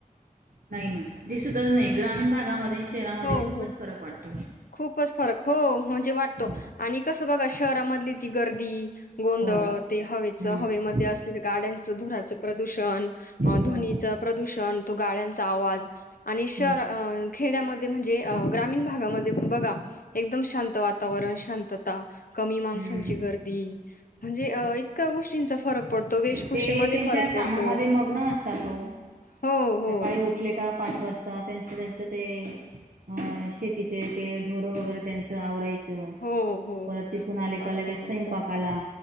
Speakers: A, on the right; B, on the left.
A: नाही ना दिसतच नाही, ग्रामीण भागामध्ये न शहरामध्ये
B: हो,
A: खूपच
B: हो.
A: फरक वाटतो.
B: खूपच फरक हो म्हणजे वाटतो,
A: हो
B: आणि कसं बघा शहरामधली ती गर्दी गोंधळ
A: हो
B: ते हवेत
A: हम्म
B: हवेमध्ये असलेल्या गाड्यांच धुरांच प्रदूषण
A: हो
B: ध्वनीच अ प्रदूषण तो गाड्यां चा आवाज आणि शहर
A: हम्म
B: अ खेड्यामध्ये म्हणजे ग्रामीण भागामध बघा एकदम शांत वातावरण, शांतता कमी माणसांची
A: हम्म
B: गर्दी म्हणजे अ इतक्या गोष्टींचा फरक पडतो वेशभूषेमध्ये
A: ते त्यांच्या
B: फरक पडतो.
A: कामामध्ये मग्न असतात ओ
B: हो हो
A: सकाळी उठले का पाच वाजता त्यांचं, त्यांचं ते ह शेतीचे ते ढोरं वगैरे त्यांच आवराय च
B: हो हो
A: परत तिथून आले का
B: असतात
A: लगेच संयंपाकाला
B: असतात